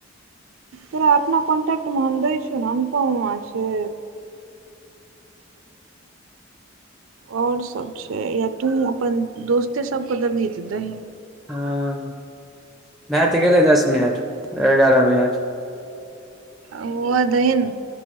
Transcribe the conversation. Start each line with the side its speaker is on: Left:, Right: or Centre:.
Right: तोरा अपना कांटेक्ट म हम दै छीयो न अनुपमा छै। आओर सब छै या तू अपन दोस्ते सबक दबही त दहीं
Centre: हँ भायतऽ गेलय दस मिनट ऐगारह मिनट।
Right: ओ हुआ दही न